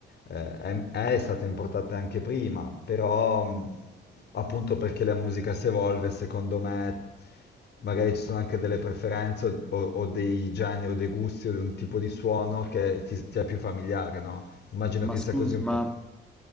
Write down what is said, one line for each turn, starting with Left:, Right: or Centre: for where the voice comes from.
Left: eh, è, è stata importata anche prima, però mh, appunto perché la musica si evolve, secondo me magari ci sono anche delle preferenze o, o- o dei generi o dei gusti o di un tipo di suono che ti, ti è più familiare, no? Immagino
Centre: Ma
Left: che
Centre: scusa,
Left: sia così un
Centre: ma
Left: po'.